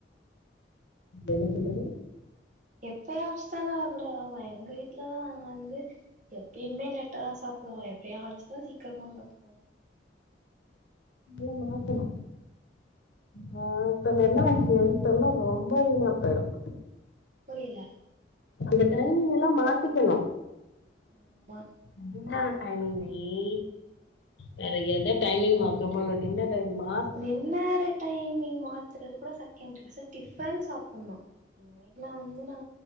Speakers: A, on the left (about 80°); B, on the right (about 45°).
A: என்ன சொல்றது
B: எப்பவாச்சுதான நா கூட எங்க வீட்லா நா வந்து எப் டெய்லிமே லேட்டா தா சாப்டுவோ எப்பயாச்சுதா சீக்ரமா சாப்டுவோ
A: எல்லா மாத்தணு மாத்த நீங்க என்ன வாங்தன்னா ரொம்ப வீணா போயிடும்
B: புரியல
A: அந்த டைனிங் எல்லா மாத்திக்கணு
B: ஆமா
A: <unintelligible> டைமிங் தா ஏ வேற எத டைமிங் மாத்தரமோ இ என்ன பயம்மா
B: நின்நேர டைமிங் மாத்தறது கூட <unintelligible> செர் டிஃபன் சாப்புட்ணு எங்க வீட்ல வந்து நா